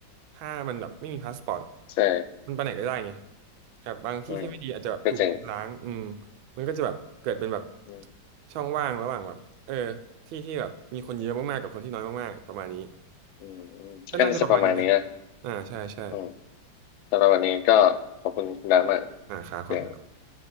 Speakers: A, on the right (about 80°); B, on the left (about 85°).
A: ถ้ามันแบบไม่มีพาสปอร์ตอะ
B: ใช่
A: มันไปไหนก็ได้ไงแบบบางที่ที่ไม่ดีอาจจะแบบถูกล้างอืม
B: อืมก็จริง
A: มันก็จะแบบเกิดเป็นแบบ
B: อืม
A: ช่องว่างระหว่างแบบเออที่ที่แบบมีคนเยอะมากๆกับคนที่น้อยมากๆประมาณนี้
B: อืมอืมก็น่าจะประมาณนี้นะ
A: ก็น่าจะประมาณนี้นะอ่าใช่ใช่
B: อืมสำหรับวันนี้ก็ขอบคุณคุณดามาก
A: อ่าครับผม
B: เสียง